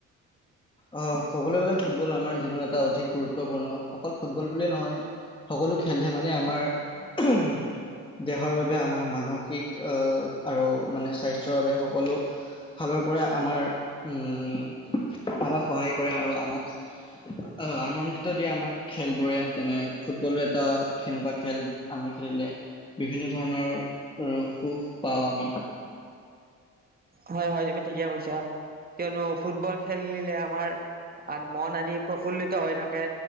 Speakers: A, on the left; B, on the right.
A: আহ কবলৈ গলে ফুটবল আমাৰ জীৱনত এটা অধিক গুৰুত্বপূৰ্ণ অকল ফুটবল বুলিয়ে নহয় সকলো খেল ধেমালীয়ে মানে আমাৰ উ দেহৰ বাবে আমাৰ মানসিক আহ আৰু মানে স্বাস্থ্যৰ বাবে সকলো ফালৰ পৰা আমাৰ উম আমাক সহায় কৰে আৰু আমাক অ' আনন্দিত দিয়ে আমাক খেল বোৰে তেনে ফুটবলো এটা সেনেকুৱা খেল আমি খেলিলে বিভিন্ন ধৰণৰ সুখ পাওঁ আমি
B: হয় হয় তুমি ঠিকে কৈছা কিয়নো ফুটবল খেলিলে আমাৰ মন আদি প্ৰফুল্লিত হৈ থাকে